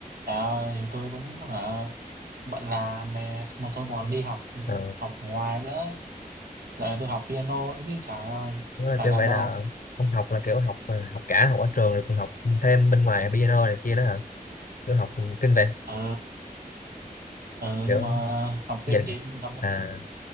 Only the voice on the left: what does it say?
ờ,
đó là
kiểu
vậy
là ông học là kiểu học học cả học ở trường rồi còn học thêm bên ngoài piano này kia đó hả kiểu học kinh về
kiểu
dành
à,